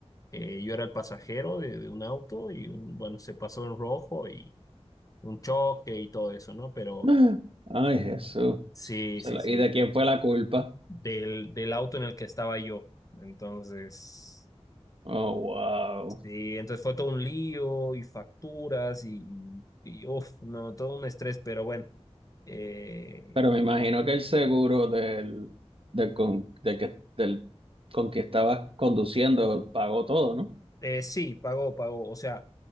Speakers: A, on the left; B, on the right.
A: Eh, yo era el pasajero de, de un auto y, un- bueno, se pasó en rojo y un choque y todo eso, ¿no? Pero
B: <gasps> Ay, Jesús.
A: sí,
B: Se
A: sí,
B: la-
A: sí,
B: ¿Y de quién fue la culpa?
A: del, del auto en el que estaba yo. Entonces,
B: Oh, wow.
A: sí, entonces fue todo un lío y facturas y, y, y, uf, no, todo un estrés, pero bueno. Eh,
B: Pero me imagino que el seguro del, del, con- del que, del con que estabas conduciendo pagó todo, ¿no?
A: eh, sí, pagó, pagó. O sea,